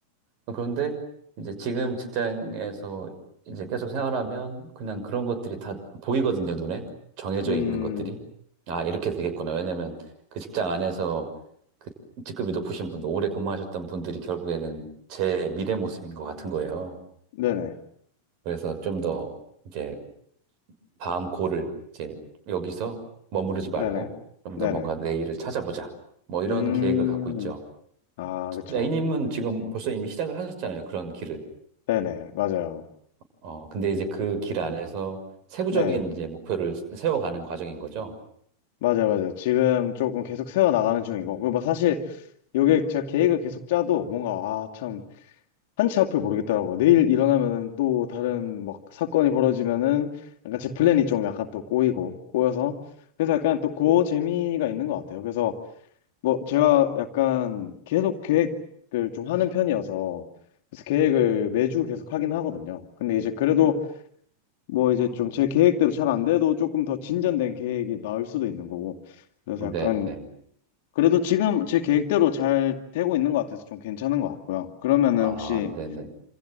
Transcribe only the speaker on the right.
그런데 이제 지금 직장에서 이제 계속 생활하면 그냥 그런 것들이 다 보이거든요. 눈에. 정해져
있는 것들이. 아, 이렇게 되겠구나. 왜냐면 그 직장 안에서 그 직급이 높으신 분들, 오래 근무하셨던 분들이 결국에는 제 미래 모습인 것 같은 거예요.
그래서 좀 더 이제 다음 고를 이제 여기서 머무르지 말고
좀
더 뭔가 내 일을 찾아보자. 뭐 이런
계획을 갖고 있죠.
A님은 지금 벌써 이미 시작을 하셨잖아요. 그런 길을.
어, 근데 이제 그 길 안에서 세부적인
이제 목표를 세워가는 과정인 거죠.
네, 네.
아,
네, 네.